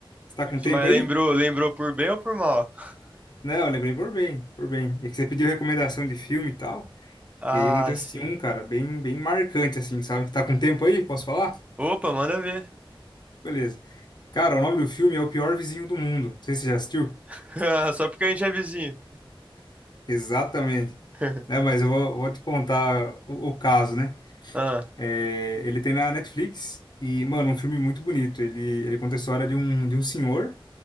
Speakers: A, on the left; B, on the right.
A: Você tá com tempo
B: Mas
A: aí?
B: lembrou, lembrou por bem ou por mal? <laughs>
A: Não, eu lembrei por bem, por bem. É que você pediu recomendação de filme e tal.
B: Ah,
A: E aí ontem eu assisti
B: sim.
A: um, cara, bem, bem marcante, assim, sabe? Tá com tempo aí? Posso falar?
B: Opa, manda ver.
A: Beleza. Cara, o nome do filme é O Pior Vizinho do Mundo. Não sei se você já assistiu.
B: <laughs> Ah, Só porque a gente é vizinho.
A: Exatamente.
B: <laughs>
A: Né, mas eu vou, vou te contar o, o caso, né?
B: Ah,
A: É, ele tem na Netflix e, mano, um filme muito bonito. Ele, ele conta a história de um, de um senhor